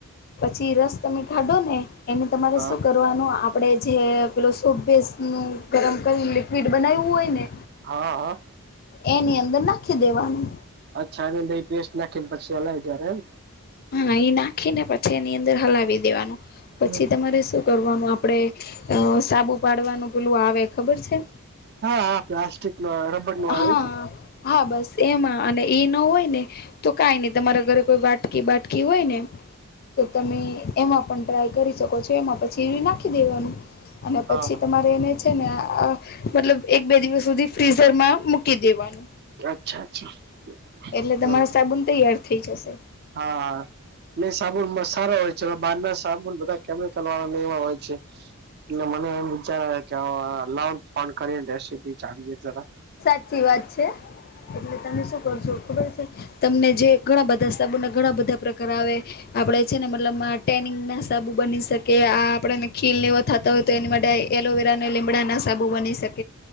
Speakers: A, on the left; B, on the right.
A: પછી રસ તમે ખાઢો ને એને તમારે
B: હા
A: શું કરું. આપે જે પે સપસ ગરમ કરીને લિક્વિડ બનાવું હોય ને.
B: હા હા.
A: એની અંદર નાખી દેવાનું.
B: અચ્છા એ દ પેસ્ટ નાખી ને પછી હલાય જ્યારે એમ.
A: હા એ નાખી ને પછી એની અંદર હલાવી દેવાનું. પછી
B: એમ
A: તમારે શું કરવાનું આપડે સાબુ પાડવાનું પેલું આવે ખબર છે.
B: હા હા પ્લાસ્ટિક. <unintelligible>
A: હા
B: ને
A: હા બસ એમાં અને એ ન હોય ને. તો કઈ નઈ તમારા ઘરે કોઈ વાટકી બાટકી હોય ને. તો તમે એમાં પણ ટ્રાય કરી શકો છો એમાં પછી નાખી દેવાનુ અને
B: હા
A: પછી તમારે એને છે ને મતલબ એક બે દિવસ સુધી ફ્રીઝ ઘરમાં મૂકી દેવાનુ
B: અચ્છા અચ્છા
A: એટલે
B: હમ
A: તમારો સાબુન તૈયાર થઇ જશે.
B: હા. એ સાબુનમાં સારા હોય છે બાર ના સાબુન બધા કેમિકલ વાળાને એવા હોય છે. એટલે મને એમ વિચાર કેઉ કરીને ર જાડીએ જરા
A: સાચી વાત છે એટલે તમે શું કરશો ખબર છે. તમને જે ઘણા બધા સબોને ઘણા બધા પ્રકાર આવે આપડે છેને, મતલબ ટનિંગ ના સાબુ બની શકે આ આપણેેને ખીલ ને થતાં હોય તો એની માટે એલોવેરા અને લીમડાના સાબુ બની શકે